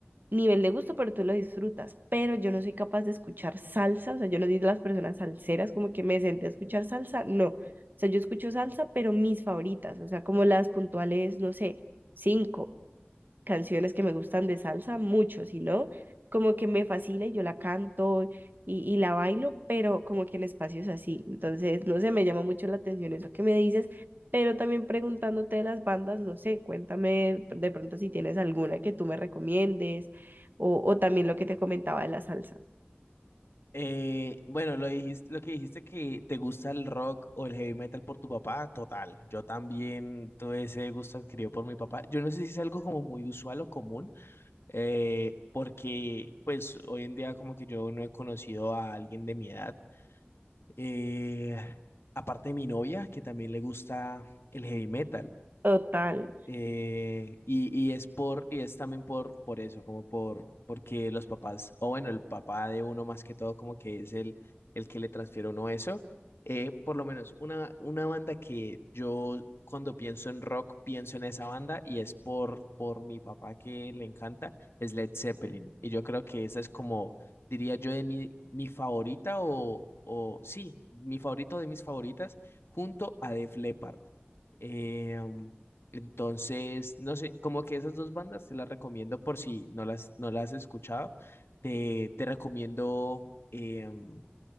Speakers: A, on the right; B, on the left.
A: nivel de gusto, pero tú lo disfrutas. Pero yo no soy capaz de escuchar salsa, o sea, yo lo digo a las personas salseras, como que me senté a escuchar salsa, no. O sea, yo escucho salsa, pero mis favoritas, o sea, como las puntuales, no sé, cinco canciones que me gustan de salsa, mucho, sino como que me fascina y yo la canto y, y la bailo, pero como que en espacios así. Entonces, no sé, me llama mucho la atención eso que me dices, pero también preguntándote de las bandas, no sé, cuéntame de pronto si tienes alguna que tú me recomiendes o, o también lo que te comentaba de la salsa.
B: Eh, bueno, lo dijiste, lo que dijiste que te gusta el rock o el heavy metal por tu papá, total. Yo también tuve ese gusto adquirido por mi papá. Yo no sé si es algo como muy usual o común, eh, porque pues hoy en día como que yo no he conocido a alguien de mi edad Eh, aparte de mi novia, que también le gusta el heavy metal.
A: Total.
B: Eh, y, y es por, y es también por, por eso, como por, porque los papás, o bueno, el papá de uno más que todo, como que es el, el que le transfiere a uno eso. Eh, por lo menos una, una banda que yo cuando pienso en rock, pienso en esa banda y es por, por mi papá que le encanta, es Led Zeppelin. Y yo creo que esa es como, diría yo, de mi, mi favorita o, o sí, mi favorito de mis favoritas, junto a Def Leppard. Em, entonces, no sé, como que esas dos bandas te las recomiendo por si no las, no las has escuchado. Te, te recomiendo em,